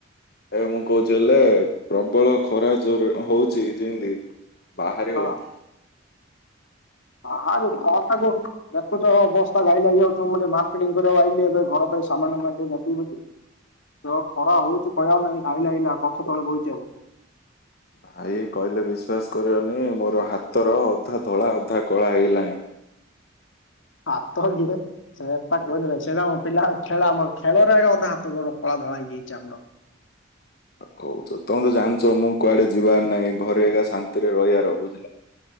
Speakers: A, on the left; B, on the left.
A: ଏ ମୁଁ କହୁଛି ହେଲେ ପ୍ରବଳ ଖରା। ଜୋରେ ହଉଛି ଯେମିତି ବାହାରେ
B: ହଁ
A: ହଉନି।
B: ବାହାରେ ଖରା ଟାକୁ ଦେଖୁଛ ଅବସ୍ଥା ଘାଇଲା ହେଇଯାଉଛ ମୁଁ ଟିକେ ମାର୍କେଟିଙ୍ଗ କରିବାକୁ ଆଇଲି ଏବେ ଘର ପାଇଁ ସାମାନ ଟିକେ <unintelligible> ଯୋଉ ଖରା ହଉଛି କହିବାକୁ ନାଇଁ ଆଇଲା ଆଇଲା ଗଛ ତଳେ ବଇଛି ଆଉ।
A: ଭାଇ କହିଲେ ବିଶ୍ୱାସ କରିବନି ମୋର ହାତର ଅଧା ଧଳା ଅଧା କଳା ହେଇଗଲାଣି ଭାଇ।
B: ହାତ କିଏ ସେଟା କହନି ଭାଇ ସେଇଟା ପିଲା ଖେଳ ଆମ ଖେଳରେ ଆ ଅଧେ ହାତ ଗୋର କଳା ଧଳା ହେଇଯାଇଛି ଆମର।
A: କହୁଛ ତମେ ତ ଜାଣିଛ ମୁଁ କୁଆଡେ ଯିବାର ନାହିଁ ଘରେ ଏକା ଶା ନ୍ତିରେ ରହିବାର ବୁଝିଲ,